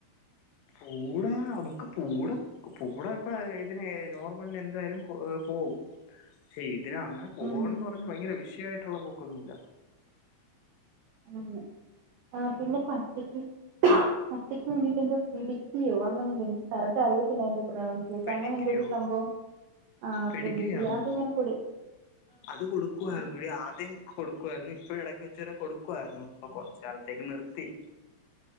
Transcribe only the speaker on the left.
പൂടാ നമുക്ക് പൂടെ പൂടെ ഇപ്പ ഇതിനെ നോർമല എന്തായാലും പോവും പക്ഷെ ഇപ്പം ഇതിന അങ്ങനെ പോകണംന്ന്
പറഞ്ഞഞ് ഭയങ്കര വിഷയമായിട്ടുള്ള പോൊക്കൊന്നുമില്ല
പെഡിഗ്രിയോ
പെഡിഗ്രി ആണോ
അത് കൊടുക്കുായിരുന്നു ഇടി ആദ്യം കൊടുക്കുായിരുന്നു ഇപ്പഴ ഇടക്ക് വെച്ചവരെ കൊടുക്ക ക്കുവായിരുന്നു ഉപ്പൊ കൊറച്ചു നാളത്തേക്ക് നിർത്തി